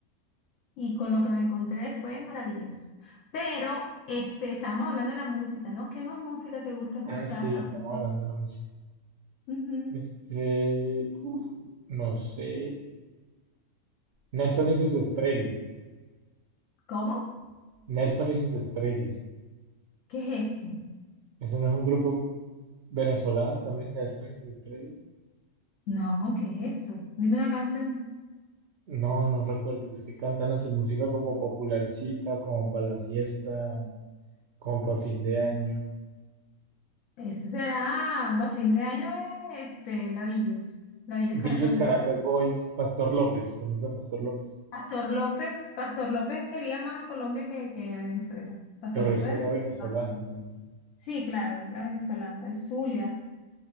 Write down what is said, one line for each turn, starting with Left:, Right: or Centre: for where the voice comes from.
Left: y con lo que me encontré fue maravilloso. Pero este, estábamos hablando de la música, ¿no? ¿Qué más música te gusta escuchar?
Right: Ah, sí,
Left: Ah,
Right: estamos
Left: ujú.
Right: hablando de la música.
Left: Ujú.
Right: Este, uf, no sé. Nelson y sus estrellas.
Left: ¿Cómo?
Right: Nelson y sus estrellas.
Left: ¿Qué es eso?
Right: ¿Eso no es un grupo venezolano también? Nelson y sus estrellas.
Left: No, ¿qué es eso? Dime una canción.
Right: No, no recuerdo. Es que cantan así música como popularcita, como para la fiesta, como para fin de año.
Left: Ese será, a fin de año, eh, este, Lavillos, Lavillos
Right: Villos
Left: Caracas
Right: Caracas Boys, Pastor López, conoce a Pastor López.
Left: Pastor López, Pastor López quería más a Colombia que, que a Venezuela. Pastor
Right: Pero
Left: López
Right: ese
Left: era
Right: era
Left: venezolano.
Right: venezolano también, ¿no?
Left: Sí, claro, la venezolana, el Zulia.